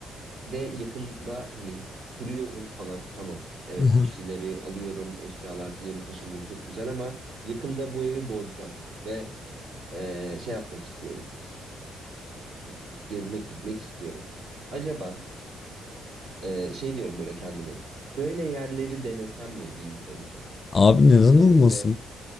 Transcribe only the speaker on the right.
de yakında hani kuruyorum falan. Tamam. Evet
bir şeyleri alıyorum. Eşyalar yeni taşındım. Çok güzel ama yakında bu evi bozacağım. Ve e, şey yapmak istiyorum. Hmm, Gezmek gitmek istiyorum. Acaba e, şey diyorum böyle kendime. Böyle yerleri denesem mi bir ilk önce?
E, Türkiye'de
de